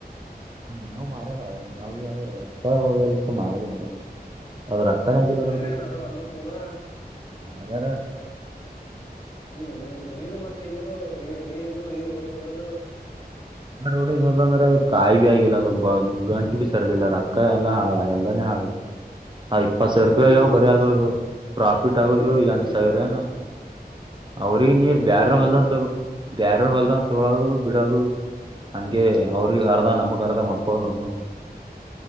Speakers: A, on the right; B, on the left.
A: ಹಾ ಮೇವು ಮಾರದ ಮೆವು ರೊಕ್ಕ ಉಳಿಯೋದು ಮಾರದು ಸುಮ್ ಅವರ ರೋಕ್ಕನಂಗಿಲ್
B: ಮಾರ್ಯಾನ
A: ಅದರದು
B: ಅವ್ರೆ ಹೊಲ್ದವ್ರ ತೊಂದ್ರ
A: <unintelligible>
B: ಹ್ಮ್ ಹ್ಮ್ ಇಲ್ಲಿದು ಮತ್ತೆ ಇಲ್ಲಿದು ಈ ಇದು ಈ ರೋಡಿನ ಒಲ್ಲೊಂದು
A: ನಾ ರೋಡಿವಲ್ ಅಂದ್ರೆ ಅದು ಕಾಯಿ ಭೀ ಆಗಿಲ್ಲ ಅದು ಗಂಟು ಬೀ ಸರದಿಲ್ಲ ರೊಕ್ಕ ಎಲ್ಲಾ ಹಾಳ ಎಲ್ಲಾ <unintelligible> ಹಾ ಇಪ್ಪತ್ ಸಾವಿರ
B: ಮ
A: ರೂಪಾಯಿ
B: ಅವ್ರಿ ನೀರ್
A: ಆಗವು ಬರೀ ಆದದ್ ಪ್ರಾಫಿಟ್ ಆಗೋದವು
B: ಈಗ ಅವ್ರಿ
A: ಎಂಟ
B: ನೀರ್
A: ಸಾವಿರ
B: ಹಂಗ
A: ಎನ್ ಅವ್ರಿಗೆ ನೀರ್
B: ಅವ್ರಿ
A: ಬ್ಯಾರವ
B: ಹಂಗ
A: ಹೊಲ್ದನ್
B: ಈಗ
A: ಹೋದಕ ಬ್ಯಾರ ಹೊಲ್ದನ್ ತೊಳೋದು ಬಿಡೋದು ಹಂಗೆ ಅರ್ಧ ನಮಕ್ ಅರ್ಧ ಮಾಡ್ಕೊೊಳ್ಳಲ್ಲ ನರು